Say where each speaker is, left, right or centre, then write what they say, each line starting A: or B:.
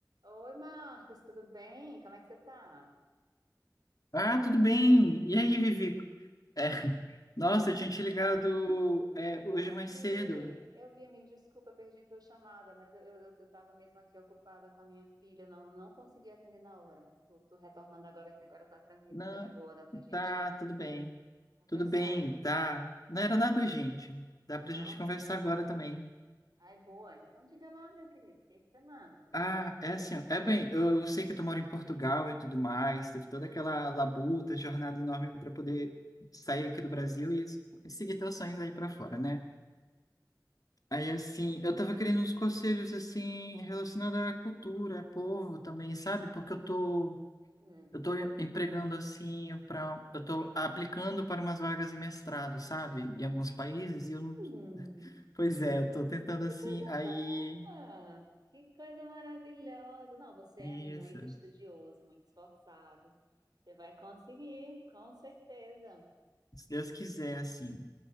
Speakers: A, on the right (about 65°); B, on the left (about 55°).
A: Oi, Marcos, tudo bem? Como é que você tá?
B: Ah, tudo bem. E aí, Vivi? É, Nossa, eu tinha te ligado é,
A: Eu
B: hoje mais
A: vi,
B: cedo.
A: eu vi, amigo, desculpa, perdi tua chamada, mas eu, eu, eu tava mesmo aqui ocupada com a minha filha, não, não consegui atender na hora, mas tô, tô retornando agora, que agora tá tranquilo,
B: Não,
A: tá de boa, dá pra gente
B: tá, tudo bem.
A: conversar,
B: Tudo bem,
A: meu querido.
B: tá. Não era nada urgente. Dá pra
A: Não?
B: gente conversar agora também.
A: Ai, boa. Então diga lá, meu querido, o que é que você manda?
B: Ah, é assim, ó. É bem, eu, eu sei que tu mora em Portugal e tudo mais. Teve toda
A: Uhum.
B: aquela labuta, jornada enorme para poder sair aqui do Brasil e, e seguir teus sonhos aí pra fora, né? Aí, assim, eu tava querendo uns conselhos, assim, relacionados à cultura, a povo também, sabe? Porque eu tô,
A: Hum.
B: eu tô empregando, assim, pra, eu tô aplicando para umas vagas de mestrado, sabe? Em alguns países, e eu não...
A: Hum.
B: Pois é, eu tô tentando, assim,
A: Que coisa
B: aí...
A: boa! Que coisa maravilhosa! Não, você
B: Isso.
A: é muito estudioso, muito esforçado. Você vai conseguir, com certeza.
B: Se Deus quiser, assim.